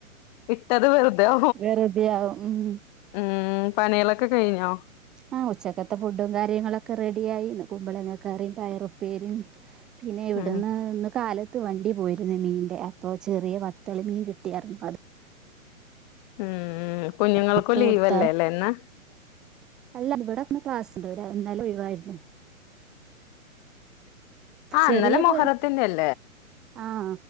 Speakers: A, on the left (about 30°); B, in the centre.
A: വിട്ടത് വെറുതെോ
B: വെറുതെയാവും ഉം
A: ഉം പനികളൊക്കെ കഴിഞ്ഞോ
B: ആഹ ഉച്ചക്കത്തെ ഫുഡും കാര്യങ്ങളൊക്കെ റെഡിയായി കുമ്പളെങ്ങ കയറിയും പയറുപ്പര പിന്നെ ഇവിടുന്ന്
A: ഉം
B: ഇന്ന് കാലത്ത് അത്ത് വണ്ടി പോയിരുന്നു മീന്റെ അപ്പോൊ ചെറിയ വത്തളി മീൻ കിട്ടിയായിരുന്നു അത്
A: ഉം കുഞ്ഞുങ്ങൾക്കും
B: ഭത്ത
A: ലീവല്ലേ
B: ഓടത്ത
A: അല്ലേ ഇന്ന്
B: അല്ല ഇവിടെന്ന് ക്ലാസ്ുണ്ട്രാ എന്നാലും ഒഴിിവായിരുന്നു
A: ആഹ്
B: ചെറിയ
A: ഇന്നലെ മൊഹറത്തിന്റെ
B: പ
A: അല്ലേ
B: ആഹ